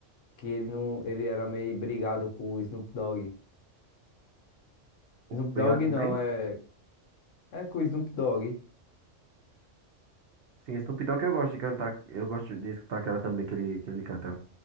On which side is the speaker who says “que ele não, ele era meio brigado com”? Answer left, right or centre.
Left